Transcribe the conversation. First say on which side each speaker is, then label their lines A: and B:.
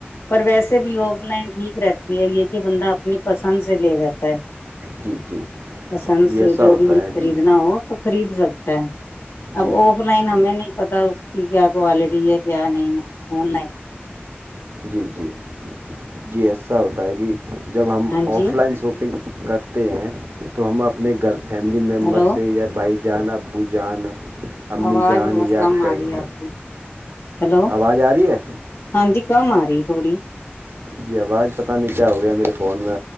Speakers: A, on the left; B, on the right.
A: پر ویسے بھی آف لائن ٹھیک رہتی ہے یہ کہ بندہ اپنی پسند سے لے رہتا ہے
B: جی جی
A: پسند
B: جی
A: سے
B: ایسا
A: جو
B: ہوتا
A: بھی
B: ہے
A: خریدنا
B: جی
A: ہو آپ خرید سکتا ہے
B: جی
A: ابف آن لائن ہمیں نہیں پتا اس کی کیا کوالٹی ہے کیا نہیں ہے آن لائن
B: جی جی جی ایسا ہوتا ہے کہ جب ہم
A: ہاں
B: آف
A: جی
B: لائن سو شاپنگ کرتے ہیں تو ہم اپنے گھر فیملی ممبر
A: ہیلو
B: سے یا بھائی جان ابو جان امی
A: آواز
B: جان
A: بہت
B: یا
A: کم
B: کئی
A: آ رہی ہے آپ کی ہیلو
B: آواز آ رہی ہے
A: ہاں جی کہ م آ رہی تھوڑی
B: جی آواز پتہ نہیں کیا ہو گیا ہے میرے فون میں